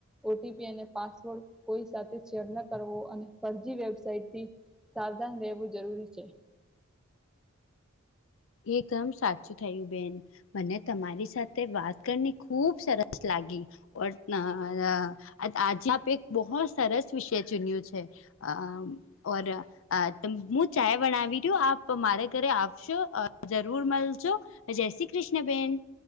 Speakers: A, in the centre; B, on the left.
A: ઓ ટી પી અને પાસવર્ડ કોઈ સાથે શેર ન કરવો અને ફરજી વેબસાઇટથી સાવધાન રહેેવું જરૂરી છે.
B: એકદમ સાચું થયું બેન. મને તમારી સાથે વાત કરીને ખૂબ સરસ લાગી. ઓ <unintelligible> આજે આપે એક બહુ સરસ વિષય ચુન્યું છે. આમ ઓર આ તમ હું ચાય બનાવી રહું, આપ મારે ઘરે આવશો. જરૂર મલજો જય શ્રી કૃષ્ણ બેન.